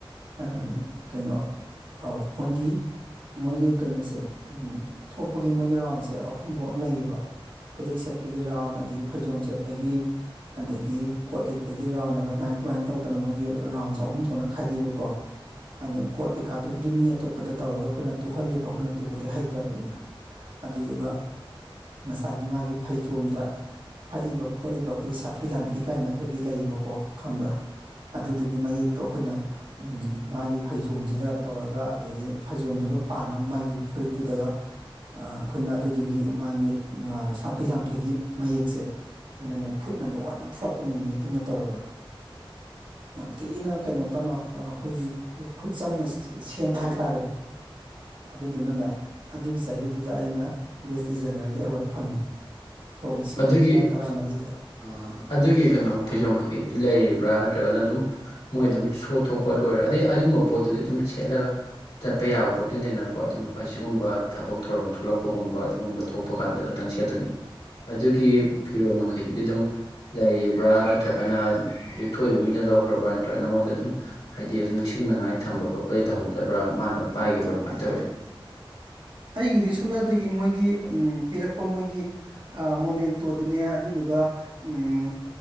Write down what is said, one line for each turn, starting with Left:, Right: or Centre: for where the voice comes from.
Right: ꯑꯝ ꯀꯩꯅꯣ ꯑꯧ ꯃꯣꯏꯒꯤ ꯃꯣꯏꯒꯤ ꯀꯩꯅꯣꯁꯦ ꯎꯝ ꯊꯣꯛꯄꯒꯤ ꯃꯣꯏꯒꯤ ꯔꯥꯎꯟꯁꯦ ꯑꯍꯨꯝ ꯊꯣꯛꯅ ꯂꯩꯌꯦꯕ ꯈꯨꯗꯩ ꯁꯦꯠ ꯈꯣꯏꯒꯤ ꯔꯥꯎꯟ ꯑꯗꯒꯤ ꯐꯩꯖꯣꯝ ꯁꯦꯠꯄꯒꯤ ꯑꯗꯒꯤ ꯀꯣꯠ ꯂꯤꯠꯄꯒꯤ ꯔꯥꯎꯟ ꯑꯅ ꯑꯗꯨꯃꯥꯏ ꯑꯗꯨꯃꯥꯏꯅ ꯇꯧꯗꯅ ꯃꯣꯏꯒꯤ ꯔꯥꯎꯟꯁꯦ ꯑꯍꯨꯝ ꯊꯣꯛꯅ ꯈꯥꯏꯗꯣꯛꯑꯦꯕꯀꯣ ꯑꯗ ꯀꯣꯠ ꯀꯩꯀꯥꯗꯨꯕꯨꯗꯤ ꯃꯤ ꯑꯇꯣꯞꯄꯗ ꯇꯧꯔꯒ ꯑꯩꯈꯣꯏꯅ ꯇꯨꯍꯜꯂꯦꯕ ꯑꯩꯈꯣꯏꯅ ꯇꯨꯕꯗꯤ ꯍꯩꯇ꯭ꯔꯕꯅꯤꯅ ꯑꯗꯨꯗꯨꯒ ꯉꯁꯥꯏꯒꯤ ꯃꯥꯒꯤ ꯐꯩꯖꯣꯝꯗ ꯍꯛꯏꯕ ꯈꯣꯠꯂꯤꯕ ꯑꯩꯈꯣꯏꯒꯤ ꯁꯥꯐꯤ ꯂꯥꯟꯐꯤ ꯀꯥꯏꯅ ꯑꯩꯈꯣꯏꯒꯤ ꯂꯩ ꯕꯀꯣ ꯈꯝꯕ꯭ꯔꯥ ꯑꯗꯨꯗꯨꯒꯤ ꯃꯌꯦꯛꯇꯣ ꯑꯩꯈꯣꯏꯅ ꯎꯝ ꯃꯥꯒꯤ ꯐꯩꯖꯣꯝꯁꯤꯗ ꯇꯧꯔꯒ ꯑꯗꯒꯤ ꯐꯩꯖꯣꯝꯗꯨꯒ ꯄꯥꯟꯅ ꯃꯥꯒꯤ ꯐꯨꯔꯤꯠꯇꯨꯗꯒ ꯑꯥ ꯑꯩꯈꯣꯏꯅ ꯑꯗꯨꯗꯨꯒꯤ ꯃꯥꯒꯤ ꯑꯥ ꯁꯥꯐꯤ ꯂꯥꯟꯐꯤꯒꯤ ꯃꯌꯦꯛꯁꯦ ꯑꯩꯈꯣꯏꯅꯅꯦ ꯈꯨꯠꯅ ꯂꯣꯏꯅ ꯐꯣꯠꯄꯅꯦꯃꯤ ꯌꯦꯇꯨꯝꯅ ꯇꯧꯔꯒ ꯌꯥꯝ ꯊꯤꯅ ꯀꯩꯅꯣ ꯇꯧꯅꯣ ꯑꯥ ꯑꯩꯈꯣꯏꯒꯤ ꯈꯨ ꯈꯨꯠ ꯆꯪꯅ ꯁꯦꯝꯕ ꯍꯥꯏꯇꯥꯔꯦ ꯑꯗꯨꯗꯨꯅꯅꯦ ꯑꯗꯨꯒꯤ ꯆꯍꯤꯗꯨꯗ ꯑꯩꯅ ꯕꯦꯁ ꯗꯤꯖꯥꯏꯟꯅꯔꯒꯤ ꯑꯦꯋꯥꯔꯗ ꯐꯪꯉꯤ ꯁꯣꯛ ꯂꯤꯁꯤꯡ
Left: ꯑꯗꯨꯒꯤ
Right: ꯑꯅꯤꯒ ꯇꯔꯥꯃꯔꯤ
Left: ꯑꯥ ꯑꯗꯨꯒꯤ ꯀꯩꯅꯣ ꯐꯩꯖꯣꯝ ꯀꯩꯀꯩꯗꯨ ꯂꯩꯔꯤꯕ꯭ꯔꯥ ꯅꯠꯇ꯭ꯔꯒꯅ ꯑꯗꯨꯝ ꯃꯣꯏ ꯑꯗꯨꯝ ꯁꯣ ꯊꯣꯛ ꯄ ꯂꯣꯏꯔꯒ ꯑꯗꯩ ꯑꯗꯨꯒꯨꯝꯕ ꯄꯣꯠꯇꯨꯗꯤ ꯑꯗꯨꯝ ꯁꯦꯠꯂꯒ ꯆꯠꯄ ꯌꯥꯕ ꯄꯣꯠꯇꯤ ꯅꯠꯇꯦꯅꯀꯣ ꯑꯗꯨꯝ ꯍꯣꯏ ꯁꯤꯒꯨꯝꯕ ꯊꯕꯛ ꯊꯧꯔꯝ ꯊꯣꯛꯂꯛꯄꯒꯨꯝꯕ ꯑꯗꯨꯒꯨꯝꯕ ꯊꯣꯛꯄ ꯀꯥꯟꯗ ꯈꯤꯇꯪ ꯁꯦꯠꯇꯣꯏꯅꯤ ꯒꯤ ꯐꯤꯔꯣꯜ ꯃꯈꯩꯗꯨꯗꯤ ꯗꯨꯝ ꯂꯩꯔꯤꯕ꯭ꯔꯥ ꯅꯠꯇ꯭ꯔꯒꯅ ꯊꯣꯛꯏꯕ ꯃꯤꯅ ꯂꯧꯈ꯭ꯔꯕ꯭ꯔꯥ ꯅꯠꯇ꯭ꯔꯒ ꯅꯉꯣꯟꯗ ꯗꯨꯝ ꯍꯥꯏꯗꯤ ꯅꯤꯡꯁꯤꯡꯅꯉꯥꯏ ꯊꯝꯕ ꯈꯣꯠꯄ ꯇꯧꯍꯧꯗꯕ꯭ꯔꯥ ꯃꯥꯅ ꯄꯥꯏꯒꯤꯕ꯭ꯔꯥ ꯀꯃꯥꯏ ꯇꯧꯋꯤ
Right: <unintelligible> ꯑꯩꯒꯤꯗꯤ ꯁꯨꯞꯅꯇꯒꯤ ꯃꯣꯏꯒꯤ ꯎꯝ ꯄꯤꯔꯛꯄ ꯃꯣꯏꯒꯤ ꯃꯣꯃꯦꯟꯇꯣꯗꯨꯅꯦ ꯑꯗꯨ ꯗꯨ ꯒ ꯎꯝ